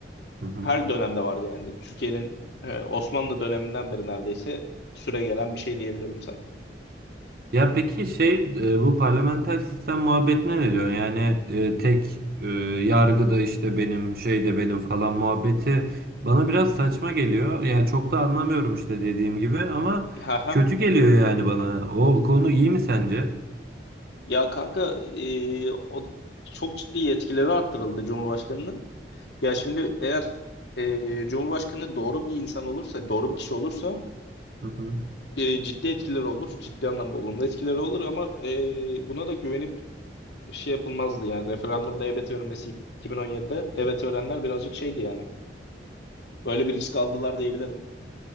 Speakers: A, on the right; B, on the left.
A: Hı hı.
B: her dönemde var yani Türkiye'nin e, Osmanlı döneminden beri neredeyse süregelen bir şey diyebilirim sana.
A: Ya peki şey e, bu parlamenter sistem muhabbetine ne diyorsun? Yani e, tek e, yargıda işte benim şey de benim falan muhabbeti bana biraz saçma geliyor. Yani çok da anlamıyorum işte dediğim gibi ama
B: Ha ha.
A: kötü geliyor yani bana. O konu iyi mi sence?
B: Ya kanka e, o çok ciddi yetkileri arttırıldı Cumhurbaşkanının. Ya şimdi eğer e, Cumhurbaşkanı doğru bir insan olursa, doğru bir kişi olursa
A: Hı hı.
B: e, ciddi etkileri olur. Ciddi anlamda olumlu etkileri olur ama e, buna da güvenip şey yapılmazdı yani. Referandumda evet verilmesi 2017'de evet verenler birazcık şeydi yani. Böyle bir risk aldılar diyebilirim.